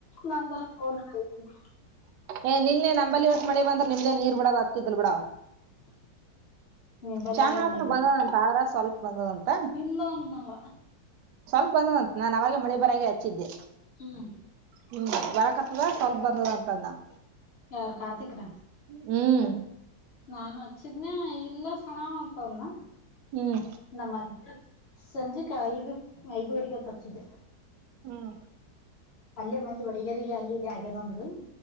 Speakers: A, on the left (about 60°); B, on the right (about 75°).
A: ನಂದರ ಫೋನ ಐತಿನ್.
B: ಏ ನಿನ್ನೆ ನಂಬಲ್ಲಿ ಇವತ್ತ್ ಮಳಿ ಬಂದ್ರ ನಿಮ್ದ ನೀರ್ ಬಿಡದು ಆಗ್ತಿದಿಲ್ಲ ಬಿಡ.
A: <inaudible>
B: ಚಾಮನಾಳ
A: ಹಂಗ ಮಳಿ ಬಂತ
B: ಬಂದದಂತ ಆದ್ರ ಸ್ವಲ್ಪ ಬಂದದಂತ..
A: ಇಲ್ಲ ಅಂದವ.
B: ಸ್ವಲ್ಪ ಬಂದಾದಂತ ನಾನ ಅವಾಗ ಮಳೆ ಬರಾಗೆ ಹಚ್ಚಿದ್ದೆ.
A: ಹ್ಮ್
B: ಹ್ಮ್ ಬರ್ಕತ್ತದ ಸ್ವಲ್ಪ ಬಂದಾದ ಅಂತ ಅದನ್.
A: ಯಾರ ಕಾರ್ತಿಕ್ ನಾ.
B: ಹ್ಮ್
A: ನಾನು ಹಚ್ಚಿದ್ನ ಇಲ್ಲ ಸಣ್ಣವ್ವ ಅಂತಂದ.
B: ಹ್ಮ್
A: ನಮ್ಮ <unintelligible> ಸಂಜಕ್ಕೆ ಐದಕ ಐದುವರೆಗೆ ತಚ್ಚಿದ್ದೆ.
B: ಹ್ಮ್
A: ಅಲ್ಲೇ ಮಂದಿ ವಡಗೇರಿ. ಅಲ್ಲಿ ಇಲ್ಲಿ ಆಗ್ಯದ ಅಂದರು